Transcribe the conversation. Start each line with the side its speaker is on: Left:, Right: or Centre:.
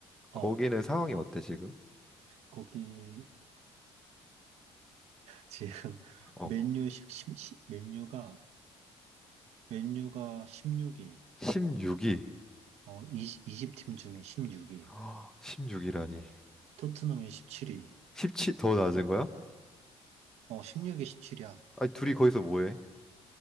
Right: 어,
Centre: 거기는 상황이 어때, 지금?
Right: 거기 지금
Centre: 어,
Right: <laughs> 맨유 십 십 십- 맨유가 맨유가 16위,
Centre: 16위.
Right: 어, 20, 2팀 중에 16위,
Centre: 1 6위라니
Right: 토트넘이 17위,
Centre: 17, 더 낮은 거야?
Right: 어, 16위, 17위야.
Centre: 아니, 둘이 거기서 뭐 해?